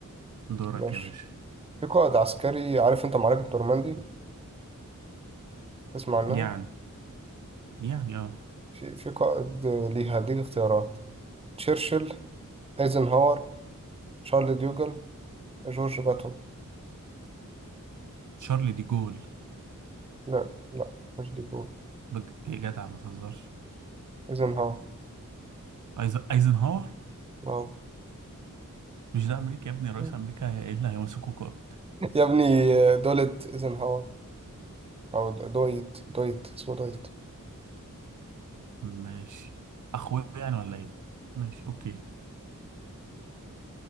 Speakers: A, on the right; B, on the right.
A: دورك
B: ماشي
A: يا باشا
B: في قائد عسكري عارف أنت معركة نورماندي تسمع عنها
A: يعني يعني آه
B: في في قائد ليها هديك اختيارات تشرشل ايزنهاور شارل ديوجل جورج باتون
A: شارل دي جول
B: لا لا مش ديكور
A: بج... يا جدع ما تهزرش
B: ايزنهاور
A: أيز... أيزنهاور؟
B: واو
A: مش ده أمريكا يا ابني رئيس
B: <laughs>
A: أمريكا هي إيه اللي هيمسكه قائد
B: يا ابني دولت ايزنهاور او دويت دويت اسمه دويت
A: ماشي أخويا يعني ولا إيه؟ ماشي أوكي